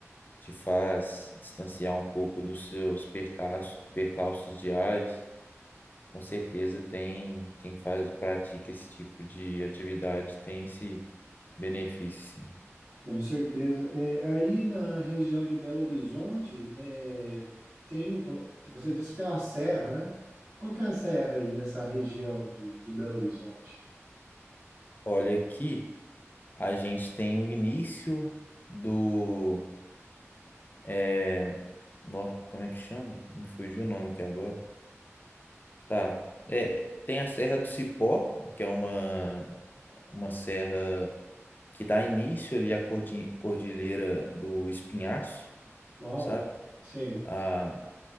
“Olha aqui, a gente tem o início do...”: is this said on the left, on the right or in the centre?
Left